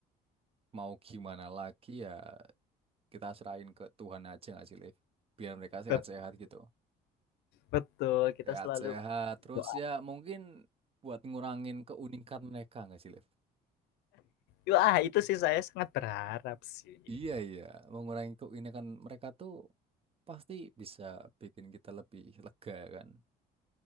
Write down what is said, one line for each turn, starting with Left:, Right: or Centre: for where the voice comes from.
Right: mau gimana lagi ya kita serahin ke Tuhan aja nggak sih Liv biar mereka sehat-sehat
Left: <laughs>
Right: gitu
Left: Betul, kita
Right: sehat-sehat
Left: selalu
Right: terus
Left: doa.
Right: ya mungkin buat ngurangin keunikan mereka nggak sih Liv
Left: Wah, itu sih saya sangat berharap sih.
Right: iya iya mengurangi keunikan mereka tuh pasti bisa bikin kita lebih lega kan